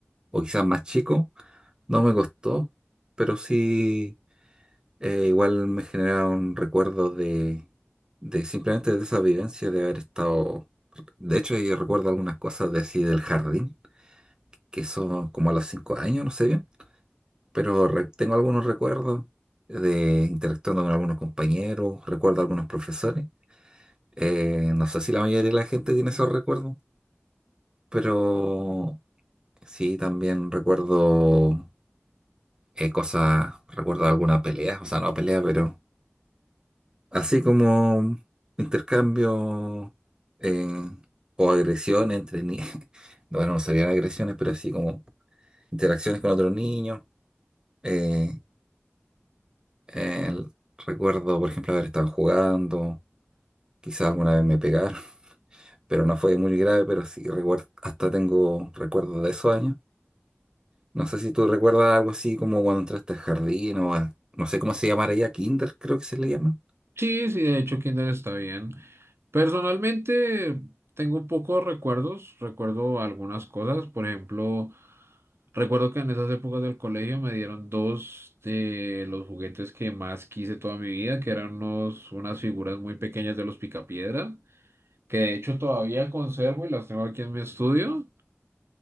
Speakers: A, on the right (about 20°); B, on the right (about 65°).
A: o quizás más chico, no me costó, pero sí... Eh, igual me generaron recuerdos de, de simplemente de esa vivencia de haber estado. De hecho, yo recuerdo algunas cosas de así del jardín, que son como a los cinco años, no sé bien, pero re- tengo algunos recuerdos de interactuando con algunos compañeros, recuerdo algunos profesores. Eh, no sé si la mayoría de la gente tiene esos recuerdos, pero sí, también recuerdo eh, cosas, recuerdo alguna pelea, o sea, no pelea, pero Así como intercambio eh, o agresiones entre niños. <laughs> Bueno, no serían agresiones, pero así como interacciones con otros niños. Eh, el- recuerdo, por ejemplo, haber estado jugando. Quizás alguna vez me pegaron, <laughs> pero no fue muy grave, pero sí recuerdo, hasta tengo recuerdos de esos años. No sé si tú recuerdas algo así como cuando entraste al jardín o a- no sé cómo se llamará ya, kinder creo que se le llama.
B: Sí, sí, de hecho kinder está bien. Personalmente tengo pocos recuerdos, recuerdo algunas cosas, por ejemplo, recuerdo que en esas épocas del colegio me dieron dos de los juguetes que más quise toda mi vida, que eran unos, unas figuras muy pequeñas de los Picapiedra. que de hecho todavía conservo y las tengo aquí en mi estudio.